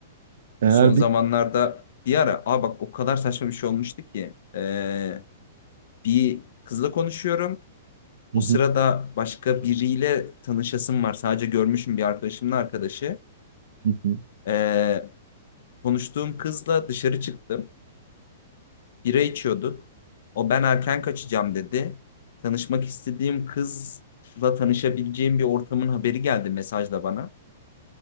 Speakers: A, on the right; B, on the left.
A: eğer
B: Son zamanlarda
A: bir...
B: bir ara, aa bak o kadar saçma bir şey olmuştu ki e, bir kızla konuşuyorum.
A: Hı
B: O
A: hı,
B: sırada başka biriyle tanışasım var. Sadece görmüşüm bir arkadaşımın arkadaşı.
A: hı hı,
B: E, konuştuğum kızla dışarı çıktım. Bira içiyorduk. O ben erken kaçacağım dedi. Tanışmak istediğim kızla tanışabileceğim bir ortamın haberi geldi mesajla bana.